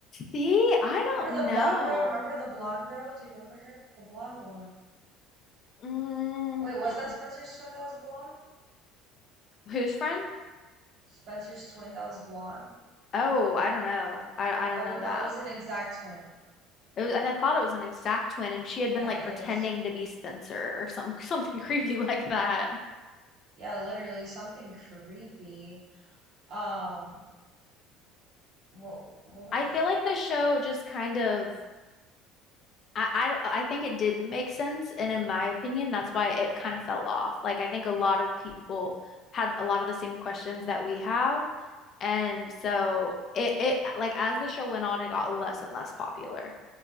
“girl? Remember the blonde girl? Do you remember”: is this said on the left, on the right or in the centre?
Right